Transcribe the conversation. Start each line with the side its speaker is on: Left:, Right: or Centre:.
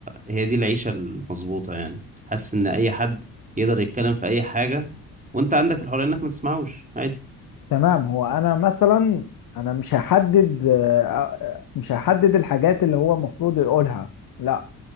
Right: هي دي العيشة المظبوطة يعني حاسس ان اي حد يقدر يتكلم في اي حاجة وانت عندك الحرية انك ما تسمعوش عادي
Left: تمام هو انا مثلا انا مش هحدد آه، آه، مش هحدد الحاجات اللي هو المفروض يقولها لا